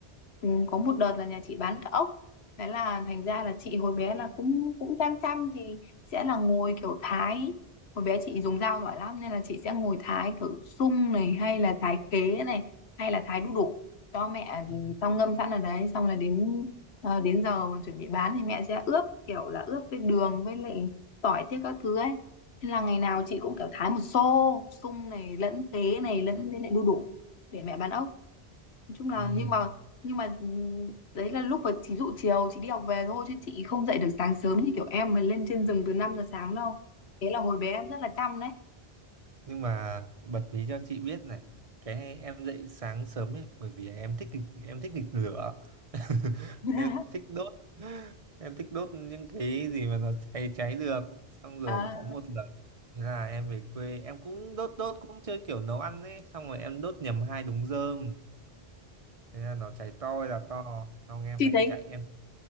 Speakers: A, on the left (about 85°); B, on the right (about 35°).
A: ừ, có một đợt là nhà chị bán cả ốc thế là thành ra là chị hồi bé là cũng cũng chăm chăm thì sẽ là ngồi kiểu thái hồi bé chị dùng dao giỏi lắm nên là chị sẽ ngồi thái kiểu sung này hay là thái khế này hay là thái đu đủ cho mẹ
B: ừ.
A: ừ, xong ngâm sẵn ở đấy xong là đến ờ, đến giờ mà chuẩn bị bán thì mẹ sẽ ướp kiểu là ướp với đường với lại tỏi tiết các thứ ấy Thế là ngày nào chị cũng kiểu thái một xô sung này lẫn khế này lẫn thế lại đu đủ để mẹ bán ốc nói chung là
B: Ừ.
A: nhưng mà nhưng mà ừm, đấy là lúc mà chị dụ chiều chị đi học về thôi chứ chị không dậy được sáng sớm như kiểu em mà lên trên rừng từ 5 giờ sáng đâu thế là hồi bé em rất là chăm đấy
B: nhưng mà bật mí cho chị biết này cái em dậy sáng sớm ấy bởi vì em thích nghịch- em thích nghịch lửa <laughs>
A: <laughs>
B: em thích đốt em thích đốt những cái gì mà nó cháy cháy được xong rồi
A: à,
B: có một lần thế là em về quê em cũng đốt đốt cũng chơi kiểu nấu ăn ấy xong rồi em đốt nhầm hai đống rơm thế là nó cháy to là to xong em
A: chị
B: phải
A: thấy
B: chạy em